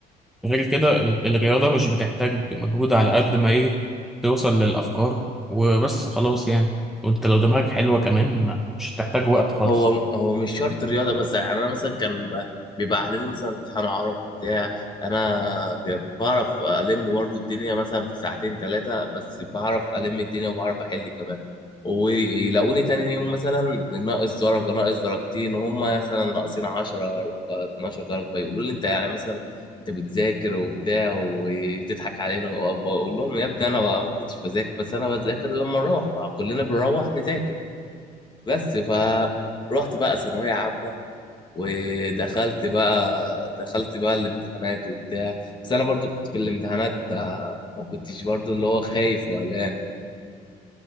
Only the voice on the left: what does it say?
آه،
هو هو مش شرط رياضه بس يعني انا مثلا كان بيبقى علينا مثلا امتحان عربي بتاع انا بي- بعرف الم برضو الدنيا مثلا في ساعتين ثلاثه بس بعرف الم الدنيا وبعرف احل كمان ويلاقوني تاني يوم مثلا ناقص درجه ناقص درجتين وهم مثلا ناقصين 10 آه، 12 درجه فيقولوا لي انت يعني مثلا انت بتذاكر وبتاع وبتضحك علينا وأب- اقول لهم يا ابني انا ما كنتش بذاكر بس انا بذاكر لما اروح مع كلنا بنروح نذاكر بس فروحت بقى ثانوية عامة ودخلت بقى دخلت بقى الامتحانات وبتاع بس أنا برضو كنت في الامتحانات آه، ما كنتش برضو اللي هو خايف وقلقان